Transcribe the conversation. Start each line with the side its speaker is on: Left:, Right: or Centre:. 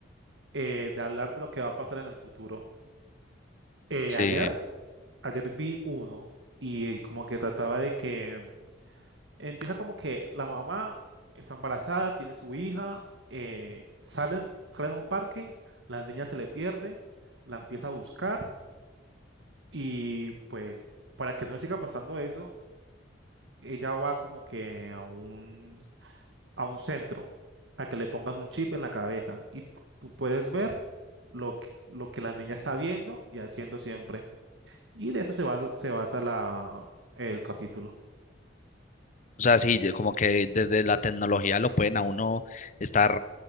Right: eh, de hablar de lo que va a pasar en el futuro. Eh,
Left: Sí.
Right: ayer, ayer vi uno y como que trataba de que... empieza como que la mamá está embarazada, tiene su hija, eh, salen, salen a un parque, la niña se le pierde, la empieza a buscar y pues para que no le siga pasando eso, ella va como que a un, a un centro, a que le pongan un chip en la cabeza y t- tú puedes ver lo que, lo que la niña está viendo y haciendo siempre. Y de eso se basa, se basa la, el capítulo.
Left: O sea, sí, de- como que desde la tecnología lo pueden a uno estar